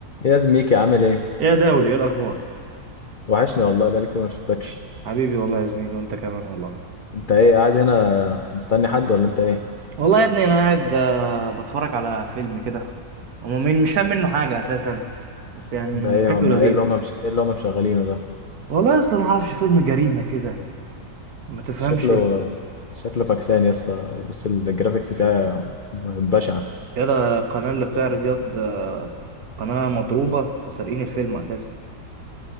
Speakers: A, on the left; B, on the right.
A: ايه يا زميكي عامل ايه؟
B: يا دولي ايه الاخبار
A: وحشني والله بقالي كتير ما شفتكش
B: حبيبي والله يا زميلي وانت كمان والله
A: انت ايه قاعد هنا مستني حد ولا انت ايه؟
B: والله يا ابني انا قاعد آه، بتفرج على فيلم كده هو مين مش فاهم منه حاجه اساسا بس يعني
A: انت ايه
B: شكله
A: هما
B: لذيذ
A: ايه اللي هما مش... ايه اللي هما مشغلينه ده؟
B: والله يا اسطى ما اعرفش فيلم جريمه كده ما تفهمش
A: شكله
B: ال-
A: شكله فاكسان يا اسطى بص الجرافيكس فيها بشعة
B: يا ده القناه اللي بتعرض ياض آه، قناه مضروبه فسارقين الفيلم اساسا